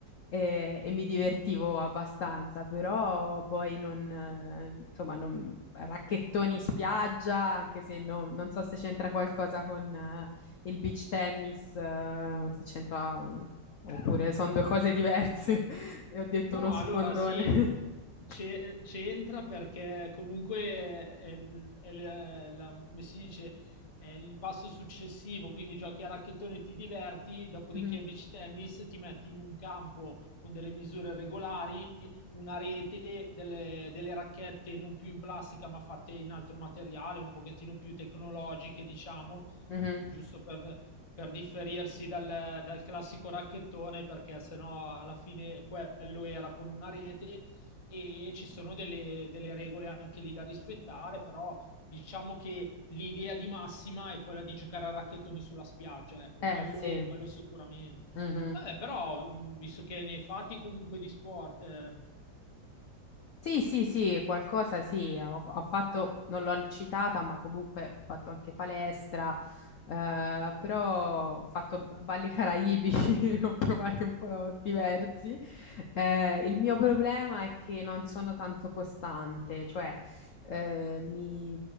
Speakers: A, on the left; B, on the left.
A: e, e mi divertivo abbastanza, però poi non, eh, insomma, non, racchettoni in spiaggia, anche se non non so se c'entra qualcosa con eh, il beach tennis, eh, se c'entra, mm, oppure
B: <laughs>
A: sono due cose diverse, <laughs> e ho detto
B: No,
A: uno sfondone.
B: allora sì,
A: <laughs>
B: c'è- c'entra perché comunque è, il- è il- la- come si dice, è il passo successivo, quindi giochi a racchettone ti diverti, dopodiché
A: Mhm,
B: a beach tennis ti metti in un campo con delle misure regolari, una rete, delle, delle racchette non più in plastica ma fatte in altro materiale, un pochettino più tecnologiche, diciamo,
A: mhm.
B: giusto per per differirsi dal, dal classico racchettone, perché sennò alla fine quello era con una rete e ci sono delle, delle regole anche lì da rispettare, però diciamo che l'idea di massima è quella di giocare a racchettoni sulla spiaggia, ecco,
A: Eh
B: quello,
A: sì.
B: quello sicuramente.
A: Mhm.
B: Vabbè, però, mh, visto che nei fatti comunque di sport eh,
A: Sì, sì, sì, qualcosa sì, ho, ho fatto, non l'ho citata, ma comunque ho fatto anche palestra, eh, però ho fatto balli caraibici, <laughs> ne ho provati un po' diversi. Eh, il mio problema è che non sono tanto costante, cioè eh, mi,